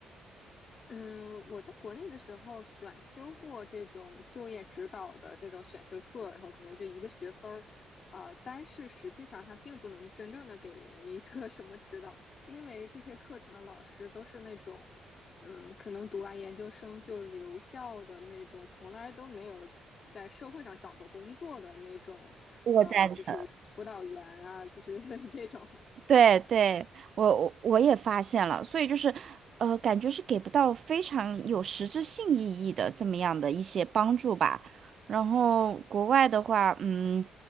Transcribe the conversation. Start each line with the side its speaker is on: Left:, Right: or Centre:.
Left: 嗯，我在国内的时候选修过这种就业指导的这种选修课，然后可能就一个学分儿，啊、但是实际上它并不能真正的给人一个 <laughs> 什么指导，因为这些课程的老师都是那种，嗯，可能读完研究生就留校的那种，从来都没有在社会上找过工作的那种，
Right: 我赞成。
Left: 呃，就是辅导员啊，就是 <laughs> 这种，
Right: 对对，我我我也发现了，所以就是，呃，感觉是给不到非常有实质性意义的这么样的一些帮助吧。然后国外的话，嗯，